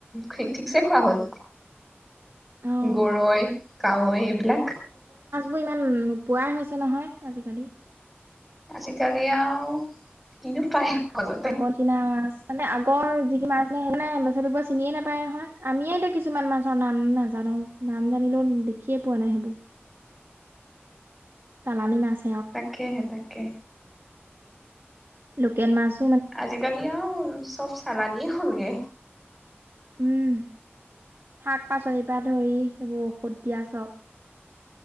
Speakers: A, in the centre; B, on the right.
A: ঠিক ঠিকছে খোৱা হ'ল
B: অ'
A: গৰৈ কাৱৈ এইবিলাক
B: বোৰ ইমান নোপোৱাই হৈছে নহয় আজিকালি
A: আজিকালি আৰু কিনো পায়। সহজতে
B: আগৰ দিনা মানে আগ বোৰ যিখি মাছ নে সেইকাৰে ল'ৰা ছোৱালীবোৰ চিনিয়ে নাপায় নহয় আমিয়ে এতিয়া কিছুমান মাছৰ নাম নাজানো নাম জানিলেও দেখিয়ে পোৱা নাই সেইবোৰ তালানি মাছ
A: তাকেহে তাকে
B: লোকেল মাছ-
A: আজিকাল ও চব চালানিয় হলগে
B: উম শাক-পাচলিৰ পৰা ধৰি এইবোৰ ঔষধ দিয়া চব